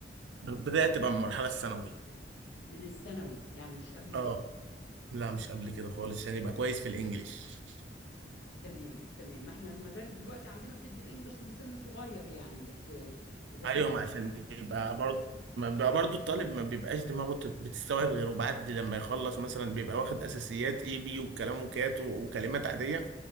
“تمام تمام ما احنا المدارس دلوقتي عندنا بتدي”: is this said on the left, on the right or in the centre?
Left